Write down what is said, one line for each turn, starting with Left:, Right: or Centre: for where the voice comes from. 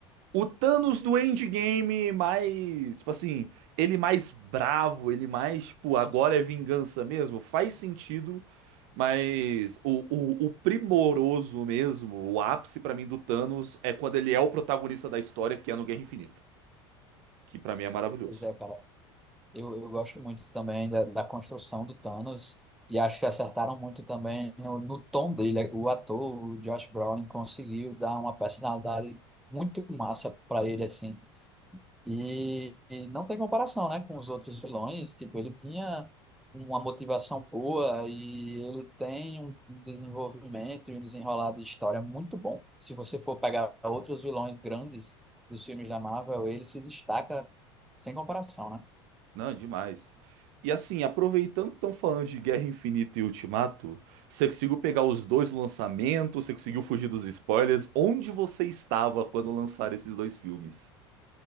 Right: O Thanos do Endgame mais, tipo assim, ele mais bravo, ele mais, tipo, agora é vingança mesmo, faz sentido, mas o, o, o primoroso mesmo, o ápice pra mim do Thanos é quando ele é o protagonista da história, que é no Guerra Infinita, que pra mim é maravilhoso.
Centre: Pois é, cara. Eu, eu gosto muito também da, da construção do Thanos. E acho que acertaram muito também no, no tom dele. O ator, o Josh Brolin, conseguiu dar uma personalidade muito massa para ele, assim. E, e não tem comparação, né, com os outros vilões. Tipo, ele tinha uma motivação boa e ele tem um um desenvolvimento e um desenrolar de história muito bom. Se você for pegar outros vilões grandes dos filmes da Marvel, ele se destaca sem comparação, né?
Right: Não, demais. E assim, aproveitando que estão falando de Guerra Infinita e Ultimato, você conseguiu pegar os dois lançamentos, você conseguiu fugir dos spoilers, onde você estava quando lançaram esses dois filmes?